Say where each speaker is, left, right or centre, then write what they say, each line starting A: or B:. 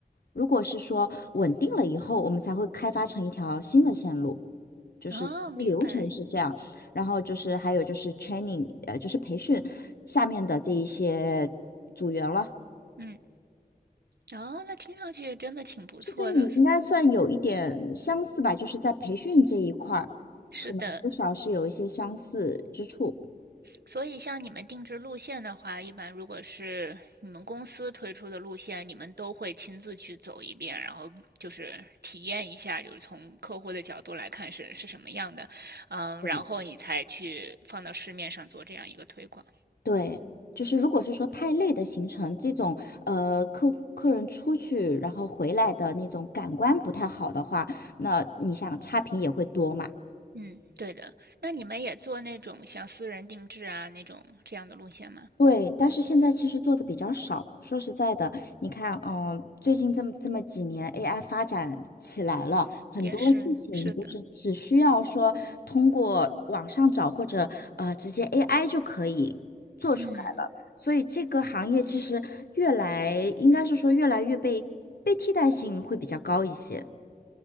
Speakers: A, on the left; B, on the right.
A: 如果是说稳定了以后，我们才会开发成一条新的线路，就是流程是这样。
B: 哦，明白，
A: 然后就是还有就是 training，呃，就是培训下面的这一些组员了。
B: 嗯。哦，那听上去真的挺不错的。
A: 跟你应该算有一点相似吧，
B: <laughs>
A: 就是在培训这一块儿，
B: 是的，
A: 可能多少是有一些相似之处。
B: 所以像你们定制路线的话，一般如果是你们公司推出的路线，你们都会亲自去走一遍，然后就是体验一下，就是从客户的角度来看是是什么样的，嗯，
A: 对
B: 然后你才去放到市面上做这样一个推广。
A: 对，就是如果是说太累的行程，这种呃客客人出去然后回来的那种感官不太好的话，那你想差评也会多嘛。
B: 嗯，对的。那你们也做那种像私人定制啊那种这样的路线吗？
A: 对，但是现在其实做的比较少。说实在的，你看，嗯，最近这么这么几年，AI 发展起来了，很多事情就是只需要说通过网上找或者呃直接
B: 也是，是的。
A: AI 就可以做出来了。
B: 嗯。
A: 所以这个行业其实越来应该是说越来越被被替代性会比较高一些，